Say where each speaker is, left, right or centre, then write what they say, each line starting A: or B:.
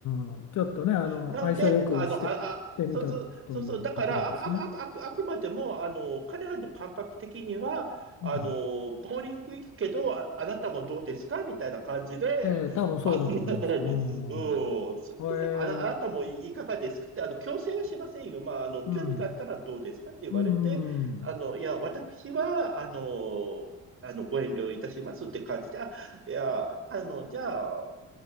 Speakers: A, on the left; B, on the right.
A: ははちょっとね、あの、
B: なので、
A: 愛想よくして、
B: あの、あ、あ、
A: してみたというところですね。
B: そうそう、そうそう、だから、あ、あ、あ、あ、あくまでも、あの、彼らの感覚的には、あの、
A: うん。
B: ボーリング行くけど、あ、あなたもどうですかみたいな感じで、
A: えー、多分そうだと思います。
B: あの、
A: うん。
B: うん、それで、
A: えー、
B: あな、あなたもい、いかがですかって、あの、強制はしませんよ。まあ、あの、
A: うん。
B: 興味があったらどうですかって言われて、
A: うん、うん。
B: あの、いや、私は、あの、あの、ご遠慮いたしますって感じで、あ、いや、あの、じゃあ、